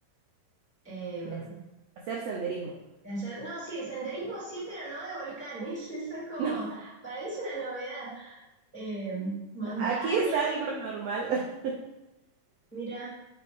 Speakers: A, in the centre; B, on the right.
A: eh,
B: de hacer senderismo. <laughs>
A: de hacer, no, sí, de senderismo sí, pero no de volcanes. <laughs> Eso es como,
B: No,
A: para mí es una novedad. Eh, montañas,
B: aquí es algo normal. <laughs>
A: mira,